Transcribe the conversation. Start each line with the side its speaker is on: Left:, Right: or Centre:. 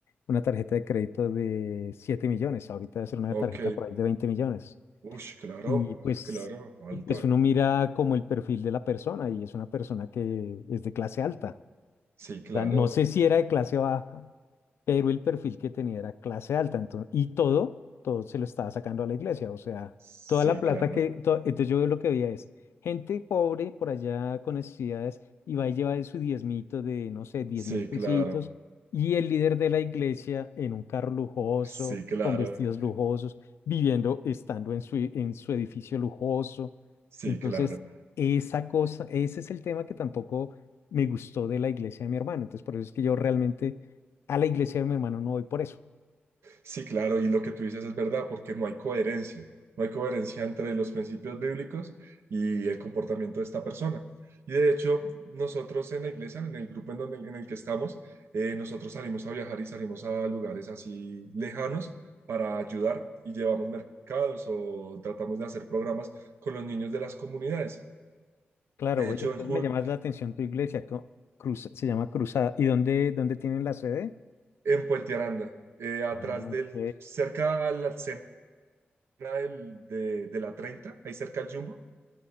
Left: una tarjeta de crédito de 7 millones, ahorita debe ser una
Right: ok.
Left: tarjeta por ahí de 20 millones.
Right: Ush, claro,
Left: Y pues,
Right: claro, alta.
Left: y pues uno mira como el perfil de la persona y es una persona que es de clase alta.
Right: Sí, claro.
Left: O sea, no sé si era de clase baja, pero el perfil que tenía era clase alta. Entonces, y todo, todo se lo estaba sacando a la iglesia. O sea,
Right: Sí,
Left: toda la plata
Right: claro.
Left: que... to- entonces yo lo que veía es gente pobre por allá con necesidades y va y lleva de su diezmito de, no sé, diez
Right: Sí,
Left: mil pesitos.
Right: claro.
Left: Y el líder de la iglesia en un carro lujoso,
Right: Sí, claro.
Left: con vestidos lujosos, viviendo, estando en su, en su edificio lujoso.
Right: Sí,
Left: Entonces,
Right: claro.
Left: esa cosa, ese es el tema que tampoco me gustó de la iglesia de mi hermano. Entonces, por eso es que yo realmente a la iglesia de mi hermano no voy por eso.
Right: Sí, claro. Y lo que tú dices es verdad, porque no hay coherencia. No hay coherencia entre los principios bíblicos y el comportamiento de esta persona. Y de hecho, nosotros en la iglesia, en el grupo en, donde, en el que estamos, eh, nosotros salimos a viajar y salimos a lugares así lejanos para ayudar y llevamos mercados o tratamos de hacer programas con los niños de las comunidades.
Left: Claro,
Right: De
Left: oye,
Right: hecho,
Left: entonces
Right: en julio,
Left: me llamas la atención tu iglesia, co- cruz, se llama Cruzada. ¿Y dónde, dónde tienen la sede?
Right: en Puente Aranda, eh, atrás
Left: Ah, ok,
Right: del, cerca a la escena del, de, de la 30, ahí cerca al Jumbo,